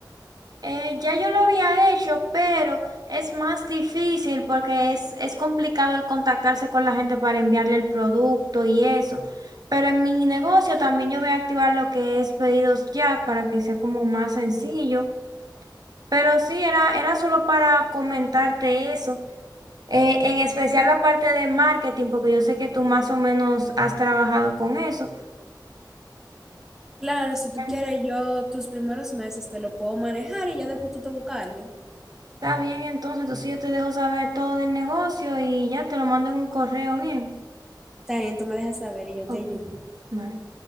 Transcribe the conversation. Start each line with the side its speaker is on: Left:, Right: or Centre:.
Right: Eh, ya yo lo había hecho, pero es más difícil porque es, es complicado el contactarse con la gente para enviarle el producto y eso. Pero en mi negocio también yo voy a activar lo que es pedidos ya para que sea como más sencillo. Pero sí, era, era solo para comentarte eso. Eh, en especial la parte de marketing, porque yo sé que tú más o menos has trabajado con eso.
Centre: Claro, si tú
Right: Mm.
Centre: quieres, yo tus primeros meses te lo puedo manejar y ya después tú te buscas a alguien.
Right: Está bien, entonces, entonces yo te dejo saber todo del negocio y ya te lo mando en un correo bien.
Centre: También tú me dejas saber y yo te
Right: Ok,
Centre: ayudo.
Right: vale.